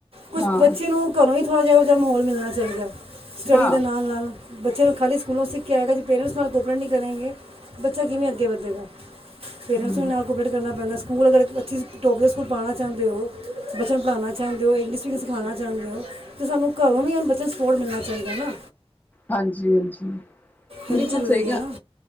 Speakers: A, on the right (about 65°); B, on the left (about 15°).
A: ਕੁਛ
B: ਹਾਂ
A: ਬੱਚੇ ਨੂੰ ਘਰੋਂ ਹੀ ਥੋੜ੍ਹਾ ਏਹੋ ਜਿਹਾ ਮਾਹੌਲ ਮਿਲਣਾ ਚਾਹੀਦਾ ਸਟੱਡੀ
B: ਹਾਂ
A: ਦੇ ਨਾਲ-ਨਾਲ। ਬੱਚਿਆਂ ਨੂੰ ਖਾਲੀ ਸਕੂਲਾਂ ਸਿੱਖ ਕੇ ਆਏਗਾ ਜੀ ਪੇਰੈਂਟਸ ਨਾਲ ਕੋਪਰੇਟ ਨਹੀਂ ਕਰੇਗੇ ਬੱਚਾ ਕਿਵੇਂ ਅੱਗੇ ਵਧੇਗਾ। ਪੇਰੈਂਟਸ
B: ਹਮ
A: ਨੂੰ ਵੀ ਨਾਲ ਕੋਪਰੇਟ ਕਰਨਾ ਪੈਂਣਾ। ਸਕੂਲ ਅਗਰ ਤੁਸੀਂ ਟੋਪ ਦੇ ਸਕੂਲ ਪਾਉ ਚਾਹੁੰਦੇ ਹੋ, ਬੱਚਿਆਂ ਨੂੰ ਪੜ੍ਹਉਣਾ ਚਾਹੁੰਦੇ ਹੋ ਇੰਗਲਿਸ਼ ਵੀਡੀਗ <unintelligible> ਸਿਖਾਉਣਾ ਚਾਹੁੰਦੇ ਹੋ। ਅਤੇ ਸਾਨੂੰ ਘਰੋਂ ਵੀ ਬੱਚਿਆਂ ਨੂੰ ਸਪੋਰਟ ਮਿਲਣਾ ਚਾਹੀਦਾ ਹੈ ਨਾ।
B: ਹਾਂਜੀ- ਹਾਂਜੀ,
A: ਇਹ
B: ਬਿਲਕੁਲ
A: ਵੀ ਜ਼ਰੂਰੀ
B: ਸਹੀ
A: ਹੈ
B: ਹਾਂ
A: ਨਾ